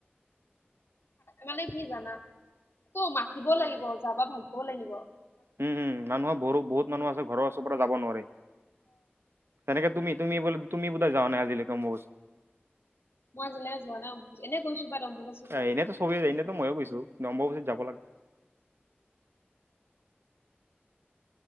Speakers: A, on the left (about 80°); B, on the right (about 80°).
A: মানে কি জানা? ত মাতিব লাগিব। যাবা ভালকও লাগিব।
B: উম উম মানুহৰ ব বহুত মানুহ আছে ঘৰৰ চ পৰা যাব নোৱাৰে। তেনেকে তুমি তুমি বোলে তুমি বোধাই যাৱা নাই আজিলৈকে মো
A: মই আজিলৈকে যোৱা নাই অম এনে গৈছো বাট অম্বুবাচি যোৱা
B: এ
A: নাই।
B: এনেতো চবেই এনেতো ময়ো গৈছো। অম্বুবাচীত যাব লাগে।